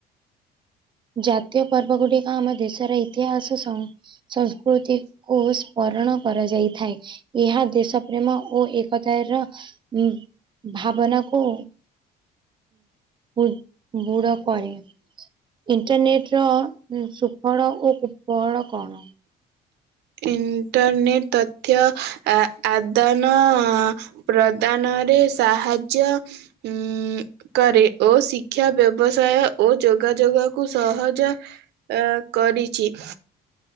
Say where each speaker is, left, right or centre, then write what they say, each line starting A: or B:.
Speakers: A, on the right; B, on the right.
A: ଜାତୀୟ ପର୍ବ ଗୁଡିକ ଆମ ଦେଶର ଇତିହାସ ସଂ ସଂସ୍କୃତି କୁ ସ୍ମରଣ କରାଯାଇଥାଏ। ଏହା ଦେଶ ପ୍ରେମ ଓ ଏକତ ର ଉ ଭାବନାକୁ ହୁଁ, ବୁଡ କରେ, ଇଣ୍ଟରନେଟ ର ଉଁ, ସୁଫଳ ଓ କୁପଳ କଣ?
B: ଇଣ୍ଟରନେଟ୍ ତଥ୍ୟ ଆଦାନ ପ୍ରଦାନ ସାହାଯ୍ୟ କରେ ଓ ଶିକ୍ଷା ବ୍ୟବସାୟ ଓ ଯୋଗ ଯୋଗାଯୋଗକୁ ସହଜ ଅ କରିଛି